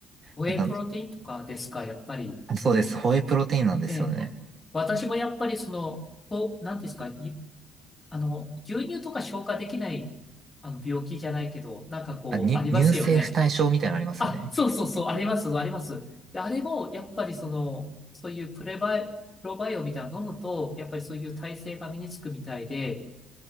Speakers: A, on the left (about 20°); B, on the right (about 45°).
A: ホエイプロテインとかですか、
B: なんか、
A: やっぱり。
B: そうです。ホエイプロテインなんですよね。
A: ええ、私もやっぱりその、こう、なんていうんですか、あの、牛乳とか消化できない、あの、病気じゃないけど、なんかこう、
B: あ、に、
A: ありますよね。
B: 乳政不対症みたいなのありますよね。
A: あ、そうそうそう、あります、あります。で、あれも、やっぱりその、そういうプレバイ、プロバイオみたいなの飲むと、やっぱりそういう耐性が身につくみたいで、